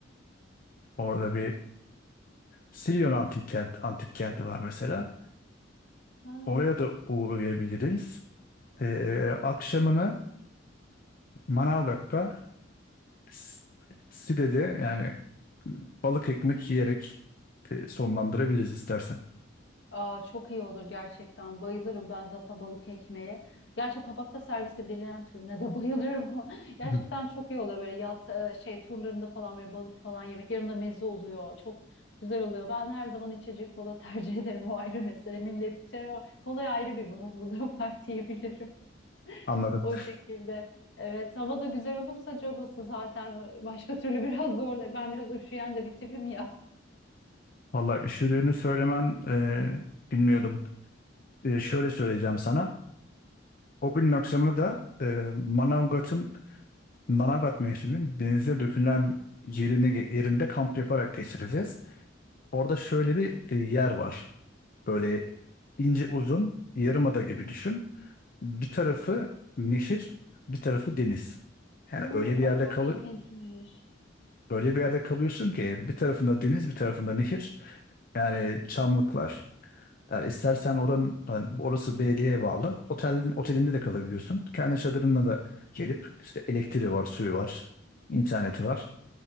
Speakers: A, on the left; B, on the left.
A: Orada bir Silyon antik kent, antik kenti var mesela.
B: Ha.
A: Oraya da uğrayabiliriz. Eee akşamını Manavgat'ta S- Side'de yani balık ekmek yiyerek e, sonlandırabiliriz istersen.
B: Aa, çok iyi olur gerçekten. Bayılırım ben zaten balık ekmeğe. Gerçi tabakta servis edilen türüne de <laughs> bayılıyorum ama
A: <clears throat>
B: gerçekten
A: Hı.
B: çok iyi oluyor böyle yat e, şey turlarında falan böyle balık falan yemek. Yanında meze oluyor. Çok güzel oluyor. Ben her zaman içecek kola tercih <laughs> ederim. O ayrı mesele. Millet içer ama kolaya ayrı bir bağımlılığım <laughs> var diyebilirim. <laughs>
A: Anladım.
B: O şekilde. Evet, hava da güzel olursa cabası zaten başka türlü biraz zorla. Ben biraz üşüyen de bir tipim ya.
A: Vallahi üşüdüğünü söylemen e, bilmiyordum. E, şöyle söyleyeceğim sana. O günün akşamını da e, Manavgat'ın Manavgat mevsiminin denize dökülen yerine, yerinde kamp yaparak geçireceğiz. Orada şöyle bir e, yer var. Böyle ince uzun yarımada gibi düşün. Bir tarafı nehir, bir tarafı deniz. Yani
B: Hmm,
A: öyle bir yerde
B: ay çok
A: kalı
B: ilginçmiş.
A: öyle bir yerde kalıyorsun ki bir tarafında deniz, bir tarafında nehir. Yani çamlıklar. Yani istersen oranın yani orası belediyeye bağlı. Otelin otelinde de kalabiliyorsun. Kendi çadırınla da gelip işte elektriği var, suyu var, interneti var.